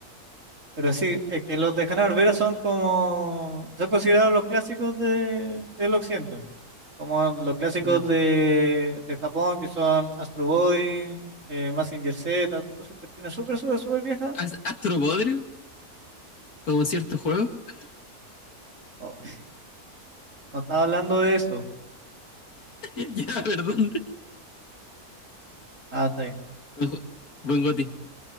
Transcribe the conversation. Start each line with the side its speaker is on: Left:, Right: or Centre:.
Right: Pero sí, es que los de Hanna Barbera son como, son considerados los clásicos de, del occidente, po. como los clásicos
Left: Ya.
Right: de, de Japón, que son Astro Boy, eh, Mazinger Z, todas esas cuestiones súper, súper, súper viejas.
Left: ¿As- ¿Astro Podrio? Como cierto juego. <laughs>
Right: Oh, <laughs> no estaba hablando de eso.
Left: Ya, perdón.
Right: Ah, está bien,
Left: Buen ju- buen Goti.